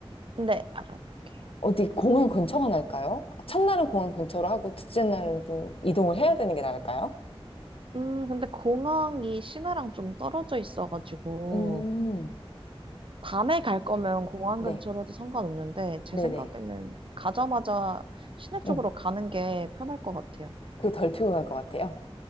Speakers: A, on the right; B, on the left.
A: 네, 알아볼게요.
B: 어디 공항 근처가 나을까요? 아, 첫날은 공항 근처로 하고 둘째 날은 좀 이동을 해야 되는 게 나을까요?
A: 음, 근데 공항이 시내랑 좀 떨어져 있어가지고,
B: 음,
A: 밤에 갈 거면 공항
B: 네,
A: 근처로 해도 상관없는데, 제
B: 네네.
A: 생각에는 가자마자 시내 쪽으로
B: 음,
A: 가는 게 편할 것 같아요.
B: 그게 덜 피곤할 것 같아요.